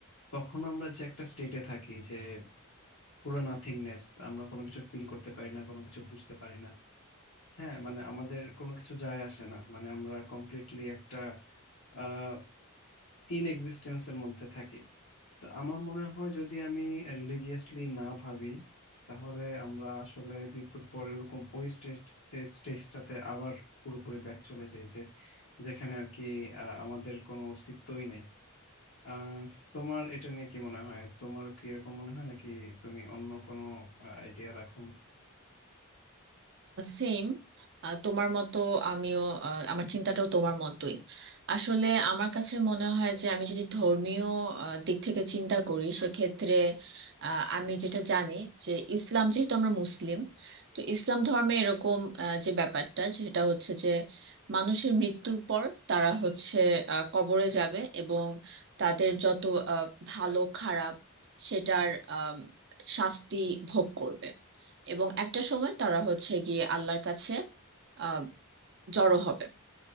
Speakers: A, on the left (about 70°); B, on the right (about 50°).
A: তখন আমরা যে একটা স্টেটে থাকি যে পুরো নাথিংনেস আমরা কোনো কিছু ফিল করতে পারি না কোনো কিছু বুঝতে পারি না হ্যাঁ মানে আমাদের কোনো কিছু যায় আসে না মানে আমরা কমপ্লিটলি একটা আহ ইন এক্সিস্টেন্সের মধ্যে থাকি তো আমার মনে হয় যদি আমি রিলিজিয়াসলি না ভাবি তাহলে আমরা আসলে মৃত্যুর পরে ওরকম ওই স্টেজ স্টেজটাতে আবার পুরোপুরি ব্যাক চলে যাই যে যেখানে আর কি আহ, আমাদের কোনো অস্তিত্বই নাই আহ তোমার এটা নিয়ে কি মনে হয় তোমার কি এরকম মনে হয় নাকি তুমি অন্য কোনো আইডিয়া রাখো
B: সেম তোমার মতো আমিও আহ, আমার চিন্তাটাও তোমার মতোই আসলে আমার কাছে মনে হয় যে আমি যদি ধর্মীয় আহ, দিক থেকে চিন্তা করি সেক্ষেত্রে আহ, আমি যেটা জানি যে ইসলাম যেহেতু আমরা মুসলিম তো ইসলাম ধর্মে এরকম আহ, যে ব্যাপারটা সেটা হচ্ছে যে মানুষের মৃত্যুর পর তারা হচ্ছে আহ, কবরে যাবে এবং তাদের যত আহ, ভালো খারাপ সেটার আম, শাস্তি ভোগ করবে এবং একটা সময় তারা হচ্ছে গিয়ে আল্লাহর কাছে আহ জড়ো হবে